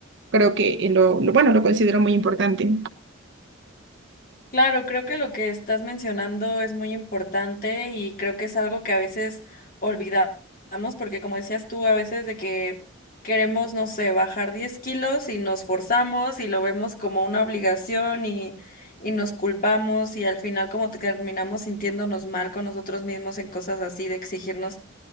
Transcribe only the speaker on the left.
Claro, creo que lo que estás mencionando es muy importante y creo que es algo que a veces olvidamos, porque como decías tú, a veces de que queremos, no sé, bajar 10 kilos y nos forzamos y lo vemos como una obligación y, y nos culpamos y al final como te- terminamos sintiéndonos mal con nosotros mismos en cosas así de exigirnos